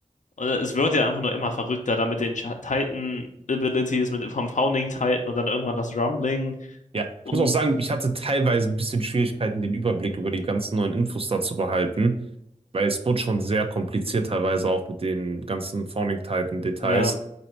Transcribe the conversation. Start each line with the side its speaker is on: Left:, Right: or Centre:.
Left: Und es wird ja einfach nur immer verrückter, dann mit den Cha- Titan-Abilities, mit vom Founding Titan und dann irgendwann das Rumbling
Right: Ja,
Left: und
Right: ich muss auch sagen, ich hatte teilweise ein bisschen Schwierigkeiten, den Überblick über die ganzen neuen Infos da zu behalten, weil es wurde schon sehr kompliziert, teilweise auch mit den ganzen Forming-Titan-Details.
Left: ja,